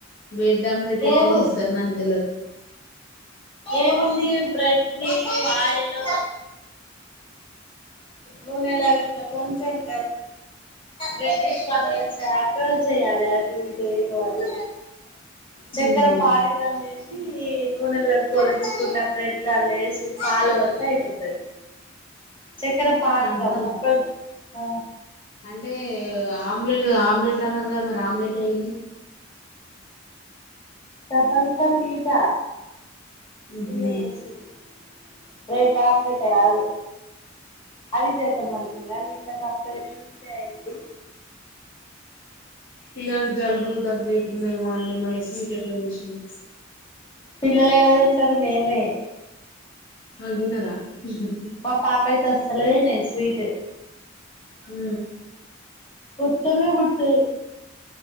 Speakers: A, on the left (about 60°); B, on the left (about 25°).
A: బ్రెడ్ ఆమ్లెట్ ఎట్లా
B: ఏము
A: చేస్తారు నాకు తెలవదు
B: ఏముంది బ్రెడ్ నీ ఆయిల్ లో నూనెలా ఇట్లా కొంచమ్ రెడ్డిష్ కలర్ వచ్చేదాకా చేయ్యాలి అటు ఇటు ఇటు అటు చక్కర
A: ఉమ్
B: పానక్ కం చేసి నూనెలో గోలిచ్చుకున్న బ్రెడ్లల్ల ఏసి పాలు బోస్తే అయిపోతది చక్కర పానకం
A: అర్ధం
B: <unintelligible> ఆ
A: అంటే ఆమ్లెట్ ఆమ్లెట్ అన్నారు కదా మరి ఆమ్లెట్ ఏడుంది
B: డబల్కా మీట
A: ఉహు
B: నిన్న చేసింది బ్రెడ్ ఆమ్లెట్ కాదు అది చేేద్దం అనుకున్నా నిన్న <unintelligible> ట్యూస్డే అయింది
A: పిల్లలకు జలుబు దగ్గు అయతుంది ఏమో అండి మళ్ళీ స్వీట్ ఎట్లా చేసింది
B: పిల్లలు ఏడ తింటారు మేమే
A: వాళ్లు తినరా హు హు
B: మా పాప అయితే అస్సలే తినదు స్వీటు
A: ఊ
B: ముట్టనే ముట్టది